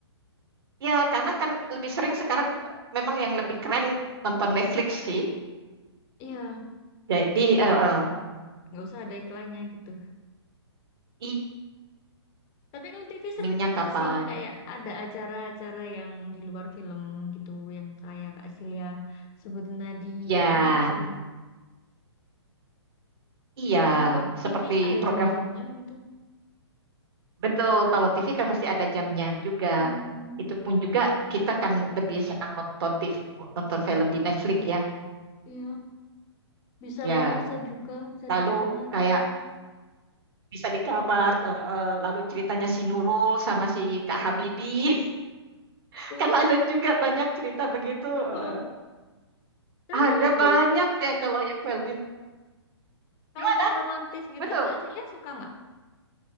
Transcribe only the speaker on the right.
Ya, karena kan lebih sering sekarang memang yang lebih keren nonton Netflix sih.
Jadi,
eh,
eh,
i
streamingnya
kapan?
Ya,
iya.
Seperti
program,
betul. Kalau TV kan masih ada jamnya juga.
Itu pun juga kita kan lebih senang nonton TV, nonton film di Netflix ya.
Ya,
lalu
kayak
bisa di kamar, eh, eh, lalu ceritanya si Nurul sama si Kak Habibie. <laughs>
Kan ada juga banyak cerita begitu.
eh, eh.
Ada
banyak deh kalau yang film
Gimana?
Betul.